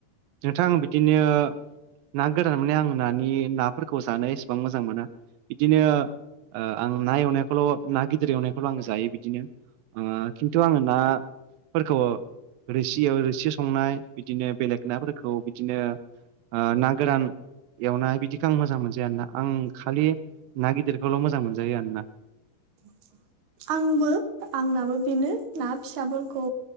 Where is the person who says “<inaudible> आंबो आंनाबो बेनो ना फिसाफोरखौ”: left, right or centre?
Right